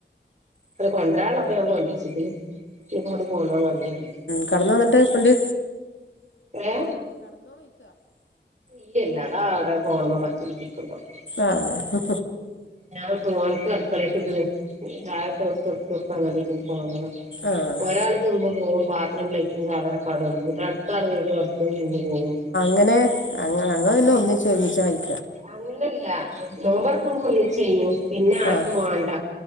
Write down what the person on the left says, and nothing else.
കടന്നു വന്നിട്ട് ഇപ്പണ്ട്
ആഹ്
ആഹ് ആഹ്
ങ്ങനെ അങ്ങനെ ഞങ്ങള് പിന്നെ ഒന്നിച്ച് ഒരുമിച്ചാ കഴി
ആഹ്